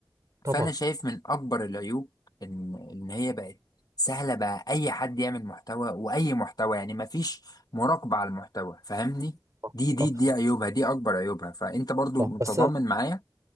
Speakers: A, on the right (about 45°); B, on the left (about 60°).
A: طبعا
B: فانا شايف من اكبر العيوب ان ان هي بقت سهله بقى اي حد يعمل محتوى واي محتوى يعني مفيش مراقبه على المحتوى فاهمني
A: صح
B: دي دي
A: صح
B: دي عيوبها دي اكبر عيوبها فانت برضو
A: صح.
B: متضامن
A: بس
B: معايا